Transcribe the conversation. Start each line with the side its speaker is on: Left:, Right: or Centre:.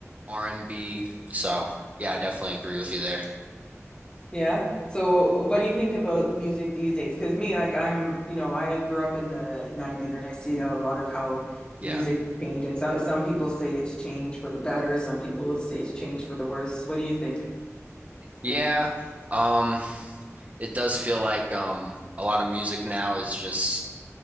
Right: R&B. So, yeah, I definitely agree with you there.
Left: Yeah. So what do you think about music these days? Because me, like I'm, you know, I grew up in the 90s and I see a lot of how
Right: Yeah.
Left: music has changed. And some some people say it's changed for the better, some people say it's changed for the worse. What do you think?
Right: Yeah. Um, it does feel like um a lot of music now is just